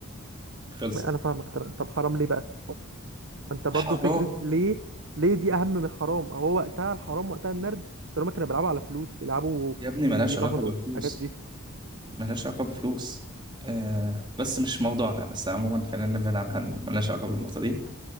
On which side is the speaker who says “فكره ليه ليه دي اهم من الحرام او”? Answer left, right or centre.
Right